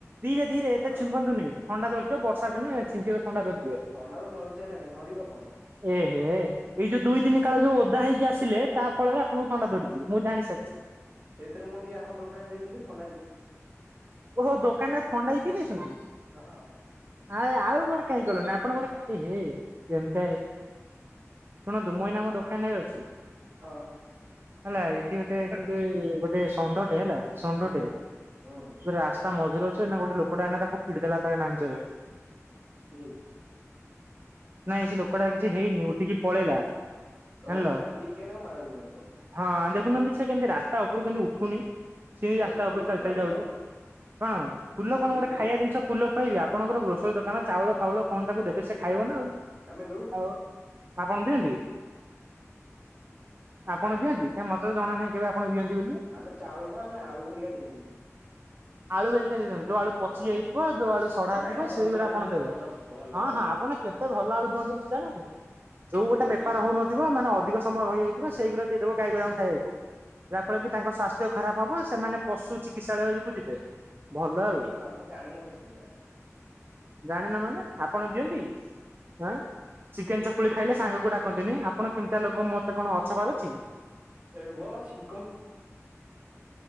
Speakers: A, on the right (about 40°); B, on the right (about 25°).
A: ଧିରେ ଧିରେ ଏତେ
B: ହଁ
A: ଛିଙ୍କନ୍ତୁନି ଥଣ୍ଡା ଧରିଛ ବର୍ଷା ଦିନ ଛିଙ୍କିଲେ ଥଣ୍ଡା ଧରିଜି
B: ଥଣ୍ଡା ତ ଧରି ସାରିଲାଣି ଧରିବ କଣ।
A: ଏ ହେ ଏଇ ଯୋଉ ଦୁଇ ଦିନ କାଳ ଯୋଉ ଓଦା ହେଇକି ଆସିଲେ ତା ଫଳରେ ଆପଣଙ୍କୁ ଥଣ୍ଡା ଧରିଛି। ମୁଁ ଭାଇ ଜାଣି ସାରିଛି।
B: ସେଇଥିରେ ମୁଁ ଟିକେ ଆମ ଦୋକାନ ଯାଇଥିଲି ଥଣ୍ଡା
A: ଓହୋ ଦୋକାନ ରେ ଥଣ୍ଡା ବି ପିଇ ଦେଇଛନ୍ତି।
B: ହଁ।
A: ଆ ଆଉ ଗୋଟେ କାହିଁ କଲନି ଆପଣ ଗୋଟେ ଏ ହେ <unintelligible> ଶୁଣନ୍ତୁ ମୁଁ ଏଇନା ଆମ ଦୋ କାନରେ ଅଛି
B: ହଁ
A: ହେଲା ଏଇଠି ଗୋଟେ ସେମିତି ଗୋଟେ ଷଣ୍ଢଟେ ହେଲା। ଷଣ୍ଢଟେ
B: ହୁଁ ହୁଁ
A: ରାସ୍ତା ମଝିରେ ଅଛି ଏଇନା ଗୋଟେ ଲୋକଟେ ଏଇନା ତାକୁ ପିଟି ଦେଲା ତା ନାଞ୍ଜରେ।
B: ହୁ।
A: ନାଇଁ ସେ ଲୋକଟାର କିଛି ହେଇନି ଉଠିକି ପଳେଇଲା। ଜାଣିଲ
B: ଓହୋ ତାହେଲେ ଟିକେ ନାଁ କୁ ମାଡ଼ ହଇଛି ମାତ୍ର।
A: ହଁ ଦେଖୁନାହାନ୍ତି ସେ କେମିତି ରାସ୍ତା ଉପରୁ କେମିତି ଉଠୁନି ସିି ରାସ୍ତା
B: ଗୋଟେ ଫୁଲ
A: ଉପରେ ଚାଲି
B: ଖୁଆଇ
A: ଚାଲି
B: ଦିଅ
A: ଯାଉଛି। କଣ ଫୁଲ କଣ
B: ଫୁଲଟେ
A: ଗୋଟେ ଖାଇବା ଜିନିଷ ଫୁଲ ଖୁଆଇବି ଆପଣଙ୍କର ଗ୍ରୋସର ଦୋକାନ ଚାଉଳ ଫାଉଳ କଣ ତାକୁ ଦେବେ ସେ ଖାଇବ ନା ଆଉ।
B: ଆମେ ଯଉ।
A: ଆଉ ଆପଣ ଦିଅନ୍ତି ଆପଣ ଦିଅନ୍ତି କାହିଁ ମତେ ତ ଜଣା ନାହିଁ କେବେ ଆପଣ ଦିଅନ୍ତି ବୋଲି।
B: ଆମେ ଚାଉଳ ନୁହଁ ଆମେ ଆଳୁ ହେରିକା ଦେଇଦଉ।
A: ଆଳୁ ହେରୀକା ଦେଇଦିଅନ୍ତି ଯୋଉ ଆଳୁ ପଚି
B: ହଁ
A: ଯାଇଥିବ ଯୋଉ ଆଳୁ ସଢା
B: ନାଇଁ
A: ଥିବ
B: ନାଇଁ ଭଲ
A: ସେଇ ଗୁଡ଼ା
B: ଆଳୁ
A: ଆପଣ
B: ବି ଦଉ
A: ଦେବେ।
B: ଭଲ ଭଲ
A: ହଁ
B: ଆଳୁ
A: ହଁ
B: ଦଉ
A: ଆପଣ କେତେ ଭଲ ଆଳୁ ଦିଅନ୍ତି ମୁଁ ଜାଣିନି ଯୋଉ ଗୋଟେ
B: ତମେ
A: ବେପାର
B: ଦେଖି
A: ହଉନ ଥିବ ମାନେ ଅଧିକ ସମୟ ରହିଯାଇଥିବ ସେଇଗୁଡ଼ା ଦେଇଦବ ଗାଈ ଗୁଡାଙ୍କୁ ଖାଇବାକୁ ଯାହା ଫଳ କି ତାଙ୍କ ସ୍ୱାସ୍ଥ୍ୟ ଖରାପ। ହବ ସେମାନେ ପଶୁ ଚିକିତ୍ସାଳୟ କୁ ଯିବେ। ଭଲ
B: ଟମି
A: ଆଉ।
B: ତମେ ଜାଣିନ କିଛି ସେଗୁଡା।
A: ଜାଣିନ ମାନେ ଆପଣ ଦିଅନ୍ତି ଆଁ? ଚିକେନ ଚକୁଳି ଖାଇଲେ ସାଙ୍ଗକୁ ଡାକନ୍ତିନି ଆପଣ କେମିତିଆ ଲୋକ ମତେ କଣ ଅଛପାର ଅଛି।
B: ଏ ରୁହ ବା ଛିଙ୍କ